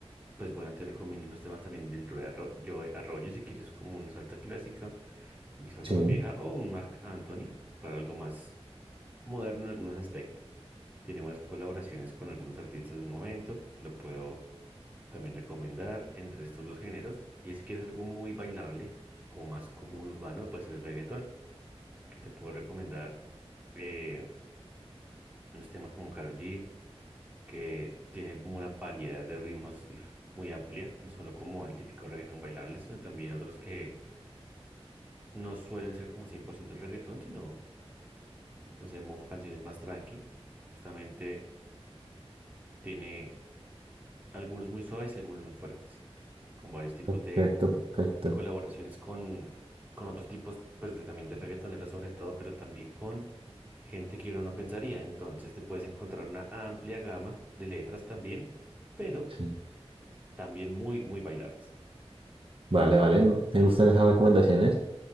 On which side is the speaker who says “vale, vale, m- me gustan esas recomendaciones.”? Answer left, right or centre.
Right